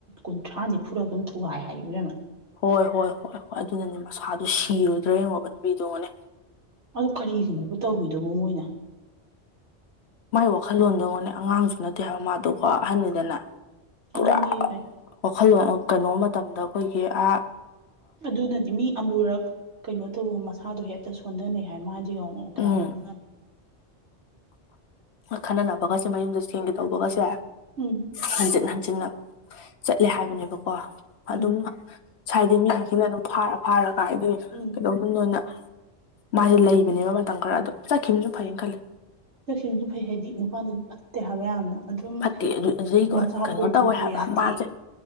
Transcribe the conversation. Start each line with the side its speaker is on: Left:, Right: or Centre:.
Right: ꯀꯨꯟꯊ꯭ꯔꯥ ꯅꯤꯐꯨꯔ ꯑꯗꯨꯝ ꯊꯨꯒꯥꯏ ꯍꯥꯏꯦꯝꯃ
Left: ꯍꯣꯏ ꯍꯣꯏ ꯍꯣꯏ ꯍꯣꯏ ꯑꯗꯨꯅꯅꯦ ꯃꯁꯥꯗꯨ ꯁꯤꯔꯨꯗ꯭ꯔꯥ ꯌꯦꯡꯉꯣꯕ ꯅꯨꯄꯤꯗꯨꯣꯉꯅꯦ
Right: ꯑꯗꯨ ꯀꯔꯤꯒꯤꯅꯣꯕꯨ ꯇꯧꯕꯤꯗꯨꯕ ꯃꯣꯏꯅ
Left: ꯃꯥꯥꯏ ꯋꯥꯈꯜꯂꯣꯟꯗ ꯉꯣꯟꯅꯦ ꯑꯉꯥꯡꯁꯨ ꯅꯠꯇꯦ ꯍꯥꯏꯕ ꯃꯥꯗꯣꯀꯣ ꯑꯍꯟꯅꯤꯗꯅ ꯄꯨꯔꯥ
Right: ꯑꯗꯨꯅꯦ ꯀꯩꯅꯣ
Left: ꯋꯥꯈꯜꯂꯣꯟ ꯀꯩꯅꯣ ꯃꯇꯝꯗ ꯑꯩꯈꯣꯏꯒꯤ ꯑ
Right: ꯑꯗꯨꯅꯗꯤ ꯃꯤ ꯑꯃꯨꯔꯛ ꯀꯩꯅꯣ ꯇꯧꯕ ꯃꯁꯥꯗꯣ ꯍꯦꯛꯇ ꯁꯣꯟꯊꯅꯩ ꯍꯥꯏ ꯃꯥ ꯇ ꯌꯦꯡꯉꯛ
Left: ꯎꯝ
Right: ꯀꯌꯥꯔꯛꯅꯣ <inaudible>
Left: ꯈꯟꯅꯅꯕꯒꯁꯦ ꯃꯌꯨꯝꯗ ꯆꯦꯡꯒꯦ ꯇꯧꯕꯒꯁꯦ
Right: ꯎꯝ
Left: ꯍꯟꯖꯤꯟ ꯍꯟꯖꯤꯟꯅ ꯆꯠꯂꯦ ꯍꯥꯏꯕꯅꯦꯕꯀꯣ
Right: ꯎꯝ
Left: ꯑꯗꯨꯝ ꯁꯥꯏꯗꯤ ꯃꯤꯁꯤꯅ ꯑꯗꯨꯝ ꯐꯥꯔ ꯐꯥꯔ ꯀꯥꯏꯗꯣꯏ
Right: ꯎꯝ
Left: ꯀꯩꯗꯧꯗ ꯅꯅ ꯃꯥꯁꯦ ꯂꯩꯕꯅꯦꯕ ꯃꯇꯝ ꯈꯔ ꯑꯗꯨ ꯆꯠꯈꯤꯕꯁꯨ ꯐꯩꯅ ꯈꯜꯂꯦ
Right: ꯆꯛꯁꯤꯡꯕꯁꯨ ꯐꯩ ꯍꯥꯏꯗꯤ ꯅꯨꯄꯥꯗꯨꯁꯨ ꯐꯠꯇꯦ ꯍꯥꯏꯕ ꯌꯥꯝꯅ ꯑꯗꯨꯝ
Left: ꯐꯠꯇꯦ ꯑꯗꯨ ꯑꯗꯨꯩꯀꯣ
Right: ꯃꯆꯥ
Left: ꯀꯩꯅꯣ
Right: ꯄꯣꯛꯈꯤꯁꯨ
Left: ꯇꯧꯋꯦ ꯍꯥꯏꯕ
Right: ꯌꯥꯗꯦ
Left: ꯃꯥꯁꯦ